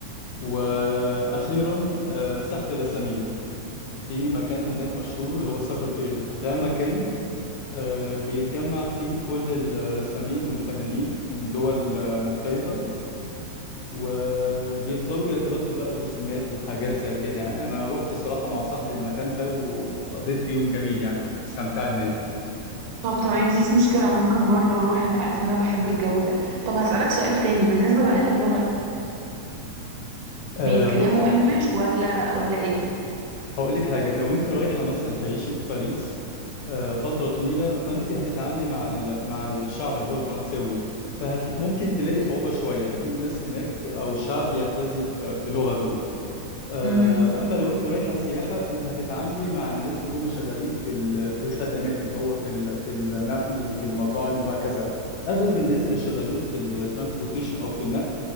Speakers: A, on the left; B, on the right.
A: واخيرا آه، ساحة الرسامين في مكان هناك مشهور اللي هو الساكر كير ده مكان آه، بيتجمع فيه كل الرسامين والفنانين من دول آه، مختلفة وبيفضلوا يتبادلوا بقى الرسومات وحاجات زي كده يعني انا رحت صراحة مع صاحبي المكان ده و- وقضيت فيه يوم جميل يعني استمتعت هناك
B: طب تمام مفيش مشكلة ممكن برضو اروح انت عارف ان انا بحب الجو ده طب هسألك سؤال تاني بالنسبة بقى للغة
A: آه
B: بيتكلموا
A: بصي
B: انجلش ولا ولا ايه
A: هقول لك حاجة لو انت رايحة مثلا تعيشي في باريس آه فترة طويلة فانت هتتعاملي مع ال- مع الشعب اللي هو الفرنساوي فممكن تلاقي صعوبة شوية لأن الناس هناك أو الشعب بيعتز ب- بلغته آه،
B: امم
A: اما لو انت رايحه سياحه انت هتتعاملي مع الناس اللي هم شغالين في ال- في الخدمات اللي هو في ال- في النقل وفي المطاعم وهكذا اغلب الناس اللي شغالين في الترانسبورتيشن او في النقل